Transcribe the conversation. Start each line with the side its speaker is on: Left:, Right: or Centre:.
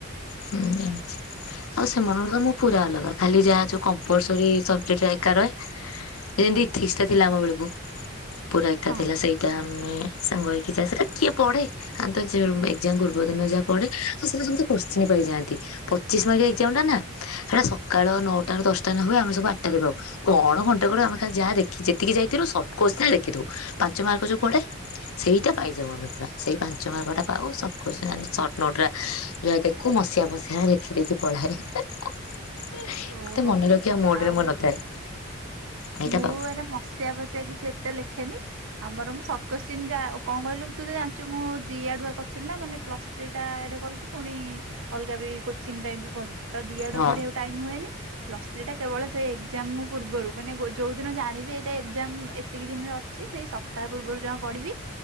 Left: ହୁଁ ଜାଣିଛି। ଆଉ ସେମାନଙ୍କଠୁ ତ ମୁଁ ପୁରା ଅଲଗା ଖାଲି ଯାହା ଯୋଉ କମ୍ପଲସରି ସବଜେକ୍ଟ ଏକା ରହେ। ଯେମତି ଏଥିକ୍ସିଟା ଥିଲା ଆମ ବେଳକୁ ପୁରା ଏକା
Right: ହଁ।
Left: ଥିଲା ସେଇଟା ଆମେ ସାଙ୍ଗ ହେଇକି ଯାଉ ସେତେରେ କିଏ ପଢେ ଖାଲି ତ ଜ ଏକ୍ଜାମ ପୂର୍ବ ଦିନ ଯାହା ପଢେ ସ ସେଇଟା ସେମିତି କୋସ ସ୍ଚିନ ପାଇଯାଆନ୍ତି ପଚିଶି ମାର୍କିଆ ଏକ୍ଜାମ ଟା ନା ହେଇଟା ସକାଳ ନଅଟାରୁ ଦଶଟା ନେ ହୁଏ ଆମେ ସବୁ ଆଠଟାରେ ବ କଣ ଘଣ୍ଟେ ଖଡେ ଆମେ ଖାଲି ଯାହା ଦେଖି ଯେତିକି ଯାଇଥିଲୁ ସଟ କୋଶ୍ଚେନ୍ ଲେଖିଦେଉ ପାଞ୍ଚ ମାର୍କ ଯୋଉ ପଡେ। ସେଇଟା ପାଇ ଯାଉ ଆମେ ପୁରା ସେଇ ପାଞ୍ଚ ମାର୍କଟା ପାଉ short question and short note ଆ ଯାହା ଦେ କୁ ମସିଆ ଫସିଆ ଲେଖି ଦେଇକି ପଳାଏ ଏ ଆ। ଏ ଏତେ
Right: ଓହୋ
Left: ମନେ ରଖିଆ ମୁଡ୍
Right: ଆଉ
Left: ରେ ମୁଁ ନଥାଏ। ଏଇଟା
Right: ମୁଁ
Left: ପାଉ
Right: ଏଇରା ମସିଆ ଫସିଆ କିଛି ଏତେ ଲେଖେ ଖେନି ଆମର ମୁଁ ସର୍ଟ କୋଶ୍ଚିନ ଯାହା ଅ କଣ କହିଲୁ ତୁ ତ ଜାଣିଚୁ ମୁଁ ଦି ଆଡୁଆ କରୁଥିଲି ନା ମାନେ ପ୍ଲସ ଥ୍ରୀ ଟା ଆଡେ କରୁଚି ପୁଣି ଅଲଗା ବି କୋଚିଂ ଟାଇମରୁ ପଢୁଚି। ତ ଦି ଆଡ
Left: ହଁ
Right: ପଢିଆକୁ ଟାଇମ ହୁଏନି ପ୍ଲସ ଥ୍ରୀ ଟା କେବଳ ସେ ଏକ୍ଜାମ ପୂର୍ବରୁ ମାନେ ଗୋ ଯୋଉ ଦିନ ଜାଣିବି ଏଇଟା ଏକ୍ଜାମ ଏତିକି ଦିନରେ ଅଛି ସେଇ ସପ୍ତାହ ପୂର୍ବରୁ ଯମା ପଢିବି।